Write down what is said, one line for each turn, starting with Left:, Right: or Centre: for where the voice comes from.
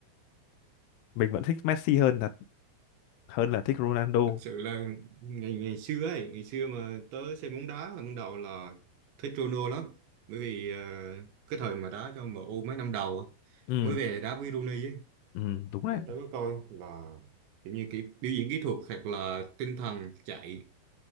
Left: mình vẫn thích Messi hơn là hơn là thích Ronaldo
Right: thật sự là ngày ngày xưa ấy, ngày xưa mà tớ xem bóng đá là ban đầu là thích Ronaldo lắm. Bởi vì ờ, cái thời mà đá cho MU mấy năm đầu, á,
Left: ừ
Right: mới về đá với Rooney ấy,
Left: ừ đúng
Right: là
Left: đấy
Right: tớ có coi là tự nhiên cái biểu diễn kỹ thuật hoặc là tinh thần chạy,